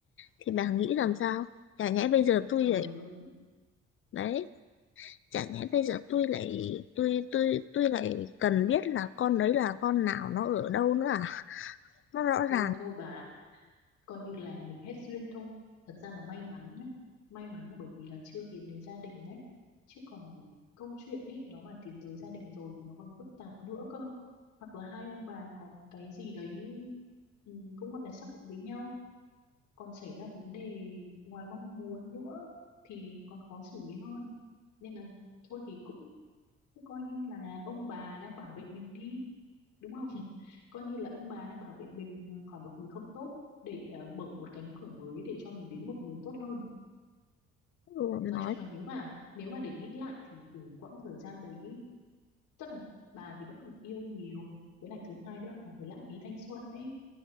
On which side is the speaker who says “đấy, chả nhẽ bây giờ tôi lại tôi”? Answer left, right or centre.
Left